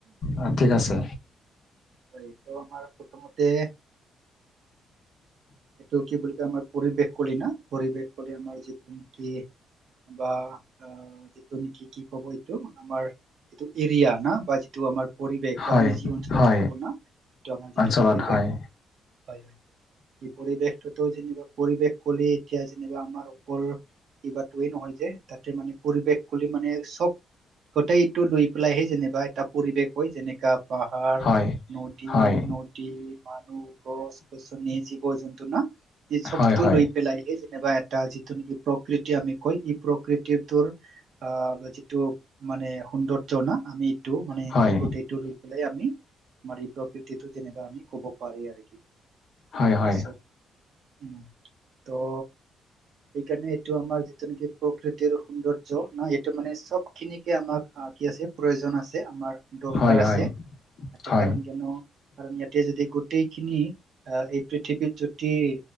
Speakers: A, on the left (about 60°); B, on the right (about 65°).
A: অ' ঠিক আছে।
B: হয়, এইটো আমাৰ প্ৰথমতে এইটো কি বুলি কয় আমাৰ পৰিৱেশ কলি না পৰিৱেশ কলি আমাৰ যিটো কি বা অ' যিটো নেকি কি ক'ব এইটো আমাৰ এইটো এৰিয়া ন বা যিটো আমাৰ পৰিৱেশ
A: হয়
B: বা আমি যি অঞ্চলত
A: হয়
B: থাকো ন' এইটো আমাৰ যিটো
A: অঞ্চলত
B: পৰিৱেশ।
A: হয়
B: হয়, হয় এই পৰিৱেশটোতো যেনিবা পৰিৱেশ ক'লে এতিয়া যেনিবা আমাৰ অকল কিবাটোয়ে নহয় যে, তাতে মানে পৰিৱেশ বুলি মানে চব গোটেই এটো লৈ পেলাইহে যেনিবা এটা পৰিৱেশ হয়, যেনেকা পাহাৰ
A: হয়
B: নদী-নদ
A: হয়
B: মানুহ গছ-গছনী জীৱ-জন্তু ন
A: হয়
B: টো
A: হয়
B: লৈ পেলাইহে যেনিবা এটা যিটো নেকি প্ৰকৃতি আমি কয়, ই প্ৰকৃতিটোৰ আহ, যিটো মানে সৌন্দৰ্য্য না, আমি এইটো মানে
A: হয়
B: গোটেইটো লৈ পেলাই আমি আমাৰ এই প্ৰকৃতিতটো যেনেকুৱা আমি ক'ব পাৰে আৰু কি
A: হয়
B: তাৰপিছত
A: হয়
B: উম, ত সেইকাৰণে এইটো আমাৰ যিটো নেকি প্ৰকৃতিৰ সৌন্দৰ্য ন? এইটো মানে চব খিনিকে আমাক আহ, কি আছে? প্ৰয়োজন আছে আমাৰ। দৰকাৰ
A: হয়
B: আছে,
A: হয়
B: ইয়াতে
A: হয়
B: কাৰণ কিয়নো কাৰণ ইয়াতে যদি গোটেইখিনি আহ, এই পৃথিৱীৰ যদি এই